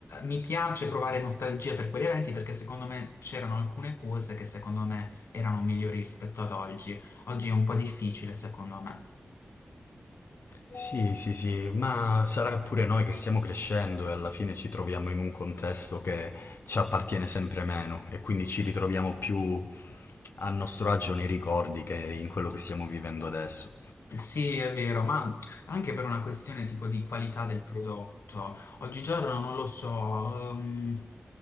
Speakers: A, on the left; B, on the left.
A: mi piace provare nostalgia per quegli eventi perché secondo me c'erano alcune cose che secondo me erano migliori rispetto ad oggi. Oggi è un po' difficile, secondo me.
B: Sì, sì, sì, ma sarà pure noi che stiamo crescendo e alla fine ci troviamo in un contesto che ci appartiene sempre meno e quindi ci ritroviamo più a nostro agio nei ricordi che in quello che stiamo vivendo adesso.
A: Sì, è vero, ma anche per una questione tipo di qualità del prodotto. Oggigiorno non lo so, ehm,